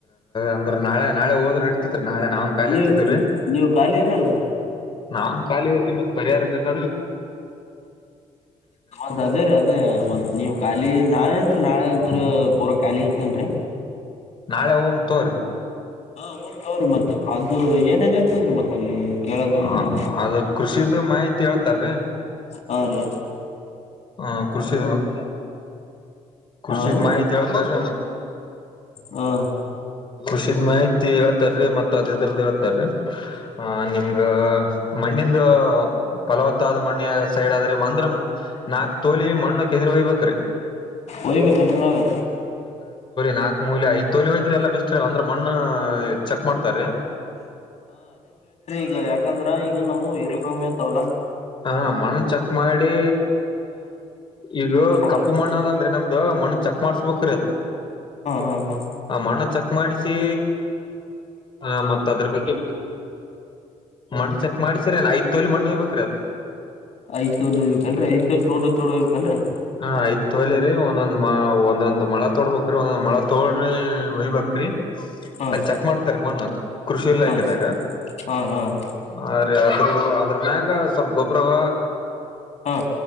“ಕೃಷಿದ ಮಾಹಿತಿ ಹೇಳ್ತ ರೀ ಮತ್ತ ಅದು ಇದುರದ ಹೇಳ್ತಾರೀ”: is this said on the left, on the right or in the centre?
Left